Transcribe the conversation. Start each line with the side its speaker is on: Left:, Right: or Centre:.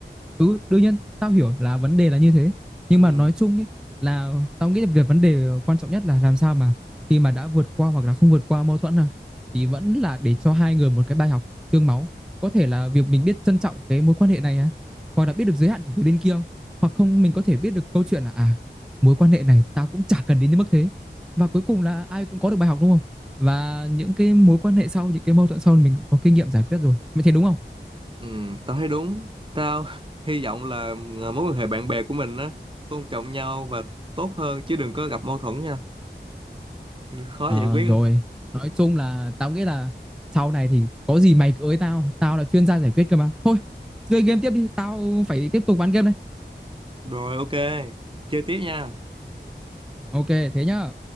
Centre: Ừ, đương nhiên tao hiểu là vấn đề là như thế nhưng
Right: ừ,
Centre: mà nói chung ấy là tao nghĩ là việc vấn đề quan trọng nhất là làm sao mà khi mà đã vượt qua hoặc là không vượt qua mâu thuẫn à, thì vẫn là để cho hai người một cái bài học xương máu có thể là việc mình biết trân trọng cái mối quan hệ này à, hoặc là biết được giới hạn của cái bên kia hoặc không mình có thể biết được câu chuyện là à mối quan hệ này tao cũng chả cần đến đến mức thế và cuối cùng là ai cũng có được bài học đúng không và những cái mối quan hệ sau những cái mâu thuẫn sau mình có kinh nghiệm giải quyết rồi mày thấy đúng không
Right: ừ, tao thấy đúng tao <laughs> hy vọng là ờ, mối quan hệ bạn bè của mình á tôn trọng nhau và tốt hơn chứ đừng có gặp mâu thuẫn nha Ừ, khó
Centre: Ờ
Right: giải quyết
Centre: rồi,
Right: lắm
Centre: nói chung là tao nghĩ là sau này thì có gì mày cứ ới tao, tao là chuyên gia giải quyết cơ mà. Thôi, chơi game tiếp đi, tao phải tiếp tục ván game đây.
Right: rồi ok chơi tiếp nha
Centre: Ok, thế nhá.